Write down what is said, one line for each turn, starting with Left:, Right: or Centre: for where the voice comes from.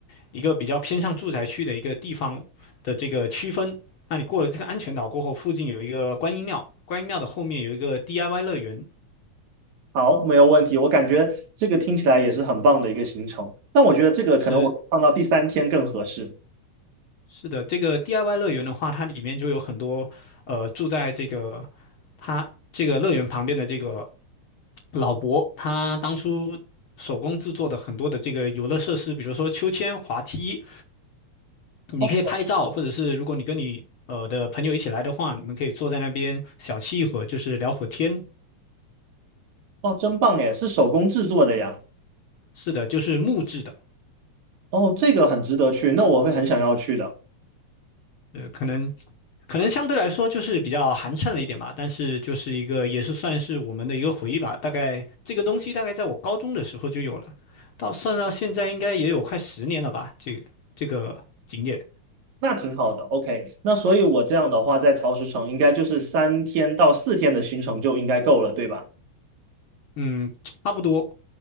Left: 一个比较偏向住宅区的一个地方的这个区分。那你过了这个安全岛过后，附近有一个观音庙，观音庙的后面有一个 DIY 乐园。
Right: 好，没有问题，我感觉这个听起来也是很棒的一个行程。但我觉得这个可能我放到第三天更合适。
Left: 是是的，这个 DIY 乐园的话，它里面就有很多呃住在这个它这个乐园旁边的这个老伯，他当初手工制作的很多的这个游乐设施，比如说秋千、滑梯，你可以拍照，
Right: 哦
Left: 或者是如果你跟你呃的朋友一起来的话，你们可以坐在那边小憩一会儿，就是聊会儿天，
Right: 哦，真棒耶，是手工制作的呀。
Left: 是的，就是木质的，
Right: 哦，这个很值得去，那我会很想要去的。
Left: 呃，可能可能相对来说就是比较寒碜了一点吧，但是就是一个也是算是我们的一个回忆吧。大概这个东西大概在我高中的时候就有了，到算到现在应该也有快十年了吧。这个这个景点，
Right: 那挺好的，OK。那所以我这样的话，在曹石城应该就是三天到四天的行程就应该够了，对吧
Left: 嗯，差不多。